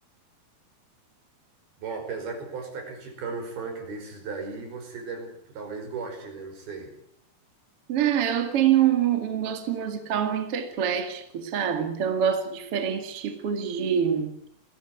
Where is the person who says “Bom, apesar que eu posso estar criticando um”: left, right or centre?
Right